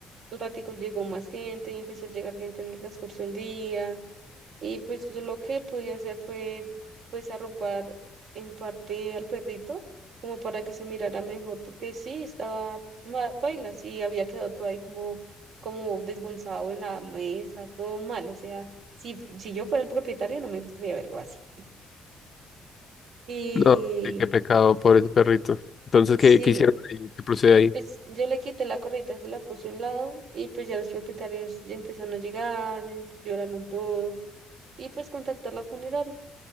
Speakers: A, on the right; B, on the left.
A: Al ratico llegó más gente y empezó a llegar gente en el transcurso del día. Y pues yo lo que pude hacer fue pues arropar en parte al perrito como para que se mirara mejor, porque sí, estaba mal, paila, sí, había quedado todo ahí como, como desgonzado en la mesa, todo mal, o sea, si, si yo fuera el propietario no me gustaría verlo así. Y
B: No, sí, qué pecado, pobre perrito. Entonces,
A: sí,
B: ¿qué, qué hicieron ahí? ¿Qué procede ahí?
A: pues yo le quité la correita, se la puse a un lado y pues ya los propietarios ya empezaron a llegar, eh, lloraron todos y pues contactar la funeraria.